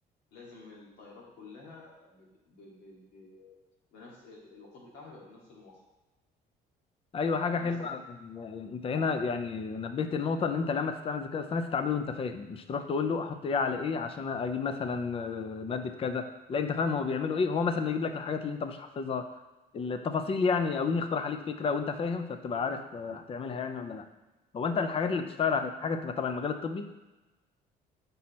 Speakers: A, on the left; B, on the left.
A: لازم الطائرات كلها ب... ب... ب... ب... ب- بنفس الوقود بتاعها يبقى بنفس المواصفة
B: ايوه حاجه
A: ده
B: حلوه
A: مثال
B: انت هنا يعني نبهت النقطه ان انت لما تستعمل الذكاء الاصطناعي تستعمله وانت فاهم مش تروح تقول له احط ايه على ايه عشان اجيب مثلا آه، ماده كذا لا انت فاهم هو بيعملوا ايه هو مثلا يجيب لك الحاجات اللي انت مش حافظها التفاصيل يعني او يقترح عليك فكره وانت فاهم فبتبقى عارف آه، هتعملها يعني ولا لا هو انت الحاجات اللي بتشتغل
A: لا لا
B: عليها حاجه بتبقى تبع المجال الطبي